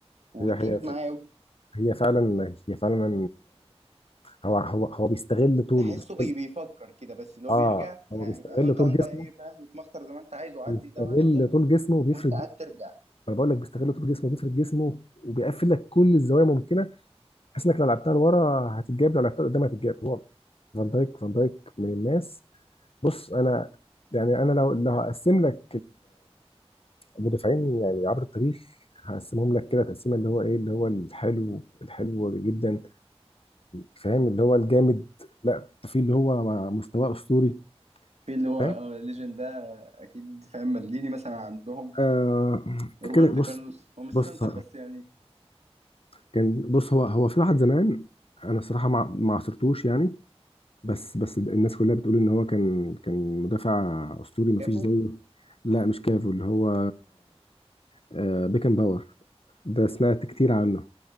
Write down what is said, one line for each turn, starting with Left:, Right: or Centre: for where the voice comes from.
Right: وبتجيب
Left: هي هي
Right: معايا أوي.
Left: هي فعلا هي فعلا هو هو هو بيستغل طوله
Right: تحسه
Left: بيستغل
Right: بي- بيفكر كده بس اللي هو
Left: اه
Right: بيرجع
Left: هو
Right: يعني
Left: بيستغل
Right: انت
Left: طول
Right: قاعد
Left: جسمه
Right: بقى ايه فاهم بتمخطر زي ما انت عايز وعدي
Left: بيستغل
Right: ده وعدي ده
Left: طول جسمه وبيفرد
Right: وانت قاعد
Left: جسمه
Right: ترجع
Left: انا بقول لك بيستغل طول جسمه وبيفرد جسمه وبيقفل لك كل الزوايا ممكنه بحيث انك لو لعبتها لورا هتتجاب لو لعبتها لقدام هتتجاب هو فان دايك فان دايك من الناس بص انا يعني انا لو لو هقسم لك المدافعين يعني عبر التاريخ هقسمهم لك كده تقسيمه اللي هو ايه اللي هو الحلو الحلو جدا فاهم اللي هو الجامد لا في اللي هو مستواه اسطوري
Right: في اللي هو
Left: فاهم
Right: اه ليجن ده اكيد فاهم مالديني مثلا عندهم
Left: آه
Right: روبرت
Left: كده بص
Right: كارلوس هو مش
Left: بص
Right: سنتر بس يعني
Left: كان بص هو هو في واحد زمان انا صراحه ما ما عصرتوش يعني بس بس الناس كلها بتقول ان هو كان كان مدافع اسطوري ما
Right: كافو
Left: فيش زيه لا مش كافو اللي هو آه بيكن باور ده سمعت
Right: بيكن
Left: كتير عنه